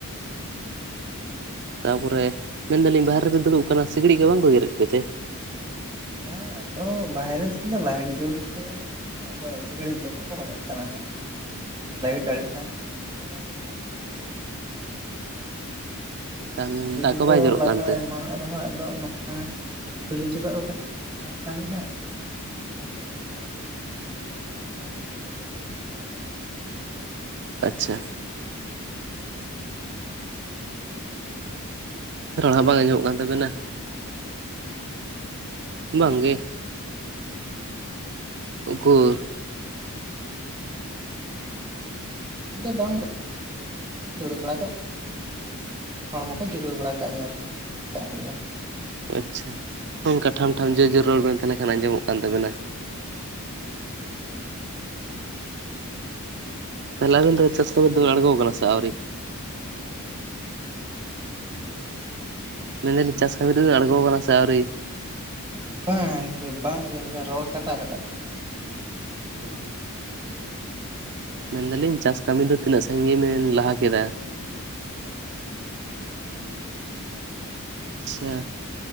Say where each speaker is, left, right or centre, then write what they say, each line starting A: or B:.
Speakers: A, on the right (about 20°); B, on the right (about 50°).
A: ᱟᱹᱰᱤ
B: ᱛᱟ ᱯᱚᱨᱮ
A: ᱱᱟᱯᱟᱭ
B: ᱢᱮᱱ ᱫᱟᱹᱞᱤᱧ ᱵᱟᱦᱨᱮ ᱨᱮᱵᱮᱱ ᱫᱩᱲᱩᱵ ᱠᱟᱱᱟ᱾ ᱥᱤᱠᱬᱤᱡ ᱠᱩ ᱵᱟᱝ ᱠᱚ ᱜᱮᱨᱮᱫ ᱯᱮ ᱛᱮ?
A: ᱵᱟ ᱟᱫᱚ ᱵᱟᱦᱨᱮ ᱫᱚᱢ ᱫᱚ ᱞᱟᱭᱤᱴ ᱡᱚᱞ ᱨᱮ ᱢᱮᱱᱟᱜᱼᱟ᱾ ᱱᱤᱛᱚᱜ ᱫᱚ ᱥᱤᱠᱬᱤᱡ ᱫᱚ ᱵᱟᱠᱚ ᱞᱟᱜᱟᱜ ᱠᱟᱱᱟ ᱦᱟᱸᱜ ᱞᱟᱭᱤᱴ ᱟᱹᱬᱤᱡ ᱠᱟᱜ ᱞᱮᱠᱷᱟᱱ ᱦᱟᱸᱜ ᱞᱟᱜᱟᱣ ᱫᱚᱠᱚ ᱞᱟᱜᱟᱜᱼᱟ᱾ ᱜᱤᱭᱟ
B: ᱱᱮᱛᱟᱨ ᱫᱤᱱ
A: ᱟᱨ ᱡᱩᱫᱤ
B: ᱫᱟᱜ
A: ᱠᱚ
B: ᱵᱟᱭ ᱡᱚᱨᱚᱜ
A: ᱞᱟᱜᱟᱣ
B: ᱠᱟᱱᱛᱮ
A: ᱮᱢᱟᱱᱚᱜ ᱟᱨᱦᱚᱸ ᱦᱟᱸᱜ ᱫᱚ ᱚᱱᱟ ᱵᱤᱞᱤ ᱪᱚᱠᱟᱜ ᱠᱚ ᱠᱟᱹᱴᱤᱡ ᱫᱷᱚᱨᱟᱣᱮᱜ ᱠᱟᱱ ᱜᱮ ᱦᱟᱸᱜ ᱠᱤᱪᱷᱩ ᱜᱷᱟᱹᱲᱤᱡ ᱫᱚᱥ ᱯᱚᱱᱨᱚ ᱠᱩᱲᱤ ᱢᱤᱱᱤᱴ ᱱᱟᱠᱷᱟᱱ ᱵᱷᱟᱜᱮ ᱱᱟᱯᱟᱭ ᱜᱤ ᱫᱩᱲᱩᱵ ᱦᱟᱛᱟᱲ ᱜᱟᱱᱚᱜᱼᱟ᱾
B: ᱟᱪᱷᱟ᱾ ᱨᱚᱲ ᱵᱟᱝ ᱟᱸᱡᱚᱢᱚᱜ ᱠᱟᱱ ᱛᱟᱵᱮᱱᱟ᱾ ᱵᱟᱝ ᱜᱮ, ᱩᱠᱩᱨ᱾
A: ᱫᱚ ᱵᱟᱝ, ᱫᱩᱲᱩᱵ ᱵᱟᱲᱟ ᱠᱚᱜ᱾ ᱦᱮᱸ ᱦᱚᱲᱢᱚ ᱠᱚ ᱡᱤᱨᱟᱹᱣ ᱵᱟᱲᱟ ᱠᱟᱜ ᱦᱩᱭᱩᱜ-ᱟ᱾ ᱟᱨᱠᱩ ᱡᱟᱹᱯᱤᱫ ᱠᱟᱜ ᱦᱩᱭᱩᱜᱼᱟ᱾
B: ᱟᱪᱪᱷᱟ ᱱᱚᱝᱠᱟ ᱴᱷᱟᱱ ᱴᱷᱟ ᱡᱚᱨ ᱡᱚᱨ ᱨᱚᱲ ᱵᱮᱱ ᱛᱟᱦᱞᱮ ᱠᱷᱟᱱ ᱟᱸᱡᱚᱢᱚᱜ ᱠᱟᱱ ᱛᱟᱵᱮᱱᱟ᱾
A: <unintelligible>
B: ᱛᱟᱦᱚᱞᱮ ᱟᱵᱤᱱ ᱫᱚ ᱪᱟᱥ ᱠᱟᱢᱤ ᱨᱮᱫᱚ ᱵᱤᱱ ᱟᱬᱜᱚ ᱠᱟᱱᱟ ᱥᱮ ᱟᱹᱣᱨᱤ?
A: ᱦᱮᱸ ᱩᱫ ᱞᱮᱠᱷᱟ ᱱᱮ᱾
B: ᱢᱮᱱ ᱫᱟᱹᱞᱤᱧ ᱪᱟᱥ ᱠᱟᱹᱢᱤ ᱨᱮᱵᱮ ᱟᱬᱜᱚ ᱠᱟᱱᱟ ᱥᱮ ᱟᱹᱣᱨᱤ᱾
A: ᱵᱟᱝ ᱜᱚᱢᱠᱮ ᱵᱟᱝ ᱟᱸᱡᱚᱢ ᱦᱤᱡᱩᱜ ᱠᱟᱱᱟ ᱨᱚᱲ ᱠᱟᱴᱟ ᱠᱟᱴᱟᱜ ᱠᱟᱱᱟ᱾
B: ᱚ ᱢᱮᱱ ᱫᱟᱹᱞᱤᱧ ᱪᱟᱥ ᱠᱟᱹᱢᱤ ᱫᱚ ᱛᱤᱱᱟᱹᱜ ᱥᱟᱹᱜᱤᱧ ᱵᱮᱱ ᱞᱟᱦᱟ ᱠᱮᱫᱟ᱾
A: ᱦᱮᱸ
B: ᱟᱪᱷᱟ